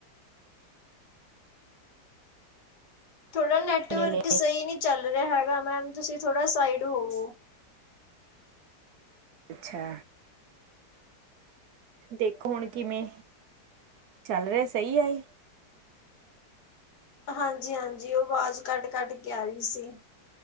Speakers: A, on the left; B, on the right.
A: ਥੋੜ੍ਹਾ ਨੈਟਵਰਕ
B: ਨੇ
A: ਸਹੀ ਨਹੀਂ ਚੱਲ ਰਿਹਾ ਹੈਗਾ। ਮੈਮ ਤੁਸੀਂ ਥੋੜਾ ਸਾਈਡ ਹੋਵੋ।
B: ਅੱਛਾ ਦੇਖੋ ਹੁਣ ਕਿਵੇਂ, ਚੱਲ ਰਿਹਾ ਸਹੀ ਆ ਇਹ?
A: ਹਾਂਜੀ, ਹਾਂਜੀ ਉਹ ਆਵਾਜ਼ ਕੱਟ- ਕੱਟ ਕੇ ਆ ਰਹੀ ਸੀ।